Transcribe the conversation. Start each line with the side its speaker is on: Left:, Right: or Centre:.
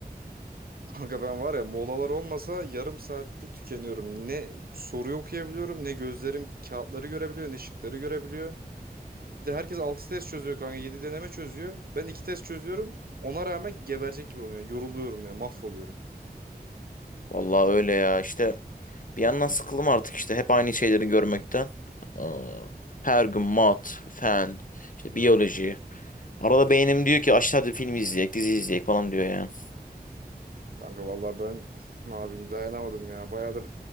Right: Kanka ben var ya molalar olmasa yarım saatte tükeniyorum. Ne soruyu okuyabiliyorum, ne gözlerim kağıtları görebiliyor, ne şıkları görebiliyor. Bir de herkes 6 test çözüyor kanka, 7 deneme çözüyor. Ben 2 test çözüyorum. Ona rağmen geberecek gibi oluyor. Yoruluyorum ya, mahvoluyorum.
Left: Vallahi öyle ya işte. Bir yandan sıkıldım artık işte hep aynı şeyleri görmekten. Aa, Her gün mat, fen, işte biyoloji. Arada beynim diyor ki aşağıda film izleyek, dizi izleyek falan diyor yani.
Right: Kanka vallahi ben <laughs> ne yapayım dayanamadım ya. Bayağıdır